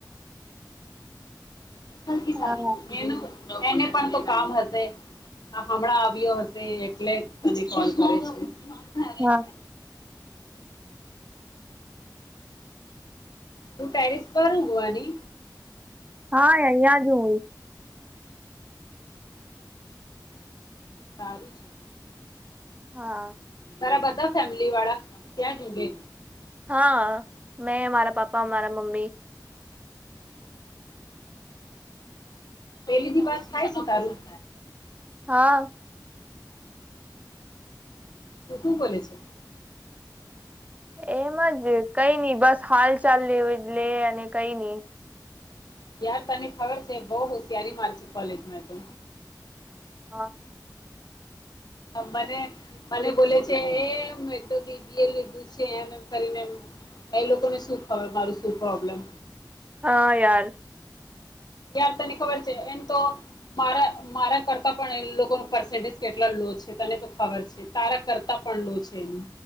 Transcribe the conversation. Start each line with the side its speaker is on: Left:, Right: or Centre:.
Left: હ
Right: હા
Left: એ એને પણ તો કામ હશે હ હમણાં આવ્યો હશે એટલે તને કોલ કર્યો છે હું
Right: હા
Left: તું ટેરિસ પર ઊંગવાની
Right: હા અહં જ હોય
Left: સારું છે
Right: હા
Left: તારા બધા ફેમિલી વાળા ત્યાંજ ઊંઘે
Right: હા મેં અમારા પાપા અમારા મમ્મી
Left: પહેલીથી વાત થાય તો તારું
Right: હા
Left: શું બોલે છે
Right: એમજ કઈ નઈ બસ હાલ ચાલ લે અને કઈ નઈ
Left: યાર તને ખબર છે બહ હોશિયારી માર છે કોલેજમાં તો
Right: હા
Left: મને મને બોલે છે એમ તો લીધું છે એમ એમ કરીનેમ એ લોકોને શું ખબર મારું શું પ્રોબ્લેમ
Right: હા યાર
Left: યાર તને ખબર છે એમ તો મારા મારા કરતા પણ લોકો પસેન્ટેજ કેટલા છે તને તો ખબર છે તારા કરતા પણ લો છે એનું